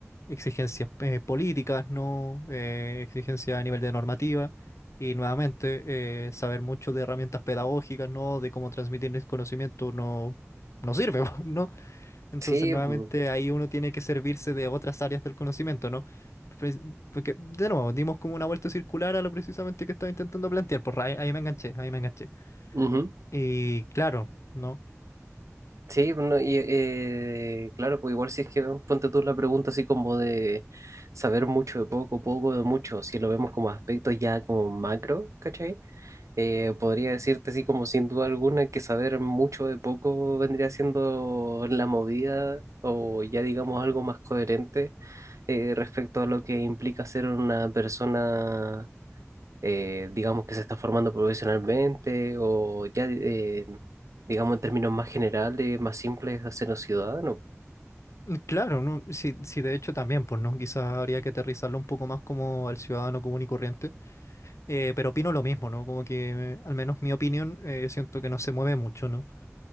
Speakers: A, on the left; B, on the right.
A: exigencias eh, políticas, ¿no? Eh, exigencias a nivel de normativa. Y nuevamente, eh, saber mucho de herramientas pedagógicas, ¿no? De cómo transmitir el conocimiento no, no sirve, <laughs> ¿no? Entonces,
B: Sí.
A: nuevamente,
B: mm,
A: ahí uno tiene que servirse de otras áreas del conocimiento, ¿no? Pues, Porque, de nuevo, dimos como una vuelta circular a lo precisamente que estaba intentando plantear. Por ahí, ahí me enganché, ahí me enganché.
B: ujú.
A: Y claro, ¿no?
B: Sí, bueno, y eh, claro, pues igual si es que vemos, ponte tú la pregunta así como de saber mucho de poco, poco de mucho, si lo vemos como aspectos ya como macro, ¿cachai? Eh, podría decirte así como sin duda alguna que saber mucho de poco vendría siendo la movida o ya digamos algo más coherente eh, respecto a lo que implica ser una persona eh, digamos que se está formando profesionalmente o ya, eh, digamos en términos más generales, más simples, hacernos ciudadanos.
A: Mm, Claro, ¿no? Sí, sí, de hecho también, pues, ¿no? Quizás habría que aterrizarlo un poco más como al ciudadano común y corriente. Eh, pero opino lo mismo, ¿no? Como que, eh, al menos mi opinión, eh, siento que no se mueve mucho, ¿no?